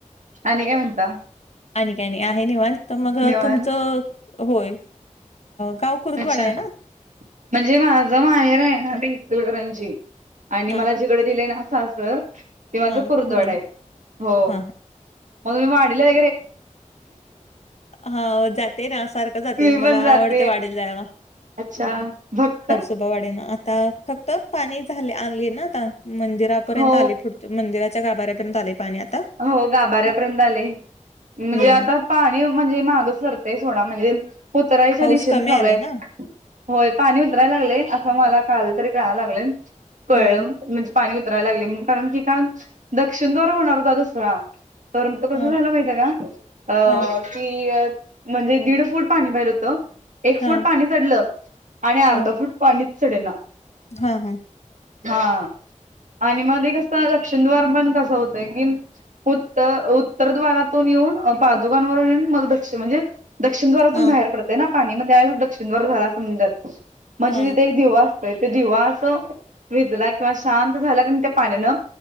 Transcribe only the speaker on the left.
आणि काय नाही आहे निवांत. तर मग
तुमचं होय गाव कुरुंदवाडा
आहे ना.
हा
हा
कुरुंद
हा
हा जाते ना सारखा जाते
मला
आवडते जायला.
ोबावाडी आता फक्त पाणी झाले आले ना आता मंदिरापर्यंत
आले पु मंदिराच्या गाभाऱ्यापर्यंत आले पाणी आता.
हम्म
पाऊस
कमी
आलाय ना
हा
हा
हा
हा
हा
हा हा.
हा
हा